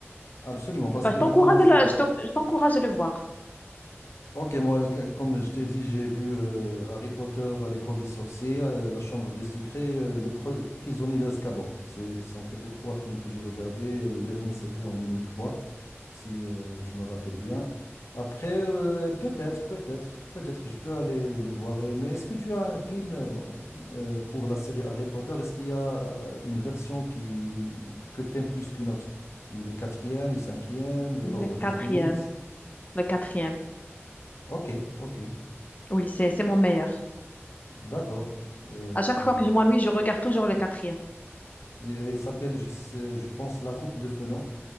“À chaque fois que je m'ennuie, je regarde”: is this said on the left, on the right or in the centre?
Left